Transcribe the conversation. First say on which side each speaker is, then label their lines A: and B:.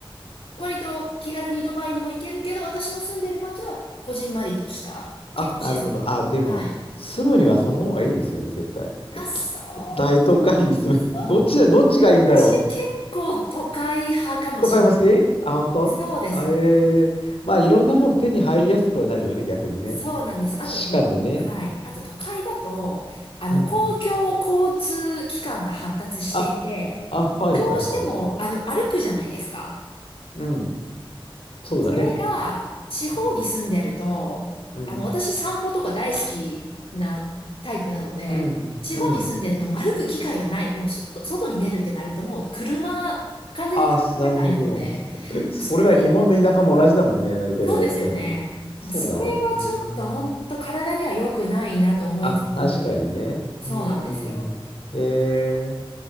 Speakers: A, on the left; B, on the left.
A: 割と気軽にドバイにも行けるけど、私の住んでる街はこじんまりとした、結構静かな。
B: あ、なるほど。あ、でも、
A: はい。
B: 住むにはその方がいいですよね、絶対。
A: まあそう、
B: 大都会に住む。
A: そ
B: どっちだ、どっちがいいんだろ
A: う私結構都会派かもしれない。
B: と買いますけあ、本当あえー、
A: そうですね。
B: まあ、いろんなもの手に入りやすくはなるよね、逆にね。
A: そうなんです。あと、
B: しかもね。
A: と、はい。あと、都会だと、あの、
B: うん。
A: 公共交通機関が発達していて、
B: あ、あ、はいはいはいはい。
A: どうしても、あの、歩くじゃないですか。
B: うん。そうだね。
A: それが、地方に住んでると、
B: うん。うん。
A: あの、私散歩とか大好きなタイプなので、
B: うん。
A: 地方に住んでるともう歩く機会がない。
B: うん。
A: もう外、外に出るってなるともう車、完全に車社会なので、
B: あ、なるほど。それは日本の田舎も同じだもんね、
A: それがちょっと
B: 大体で。
A: そうですよね。
B: うん。そうだね。
A: もうそれがちょっと本当体には良くないなと思いつつ、
B: うん。あ、確かにね。
A: そうなんですよ。
B: うん。えー